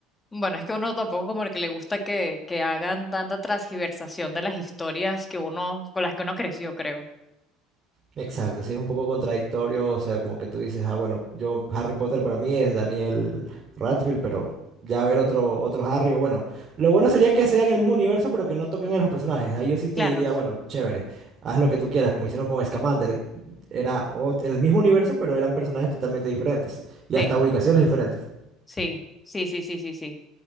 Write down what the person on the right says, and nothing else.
Exacto, sí es un poco contradictorio, o sea, como que tú dices, ah, bueno, yo Harry Potter para mí es Daniel Radcliffe, pero ya ver otro otro Harry, o bueno, lo bueno sería que sea en el mismo universo, pero que no toquen a los personajes. Ahí yo sí te
diría, bueno, chévere, haz lo que tú quieras, como hicieron con Scamander. Era ot- el mismo universo, pero eran personajes totalmente diferentes y
hasta ubicaciones diferentes.